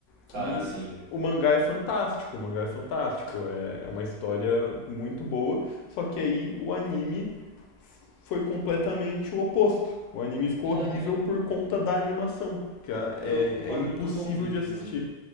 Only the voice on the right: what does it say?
cara,
assim.
É,
é,
eu concordo
totalmente,
mano.